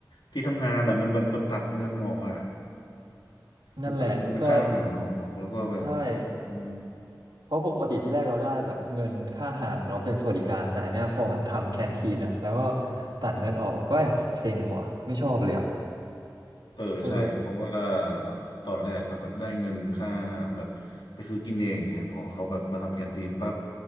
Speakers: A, on the left; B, on the right.
A: ที่ทำงานอ่ะมันมันมันตัดเงินออกอ่ะ
B: นั่นแหละก็
A: มันตัดเงินค่าอาหารออกแล้วก็แบบ
B: ใช่
A: เออ
B: เพราะปกติที่แรกเราได้แบบเงินค่าอาหารเนาะเป็นสวัสดิการแต่อันเนี้ยพอมันทำแคนทีนอ่ะแล้วก็ตัดเงินออกก็แอบเซ็งว่ะไม่ชอบเลยอ่ะ
A: เออใช่เพราะว่า
B: เออ
A: แบบตอนแรกก็แบบได้เงินค่าอาหารแบบไปซื้อกินเองเงี้ยพอเขาแบบมาทำแคนทีนปั๊บ